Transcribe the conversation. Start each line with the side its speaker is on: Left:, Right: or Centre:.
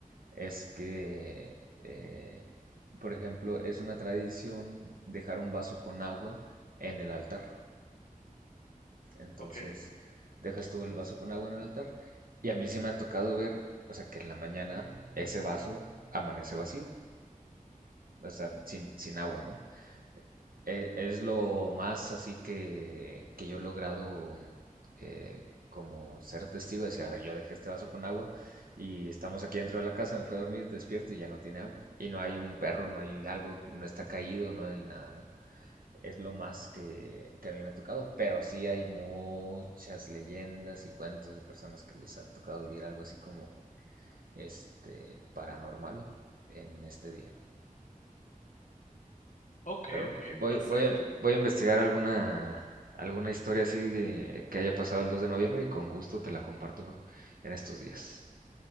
Right: es que, eh, por ejemplo, es una tradición dejar un vaso con agua en el altar. Entonces
Left: Ok,
Right: dejas tú el vaso con agua en el altar. Y a mí se me ha tocado ver, o sea, que en la mañana ese vaso amanece vacío, o sea, sin, sin agua, ¿no? E- Es, lo más así que, que yo he logrado eh, como ser testigo de decir, a ver, yo dejé este vaso con agua y estamos aquí dentro de la casa, me fui a dormir, despierto y ya no tiene agua. Y no hay un perro, no hay algo, no está caído, no hay nada, ¿no? es lo más que, que a mí me ha tocado, pero sí hay muchas leyendas y cuentos de personas que les han tocado vivir algo así como este paranormal en este día.
Left: ok,
Right: Pero bueno,
Left: ok,
Right: voy,
Left: perfecto.
Right: voy, a, voy a investigar alguna, alguna historia así que, que haya pasado el dos de noviembre y con gusto te la comparto en estos días.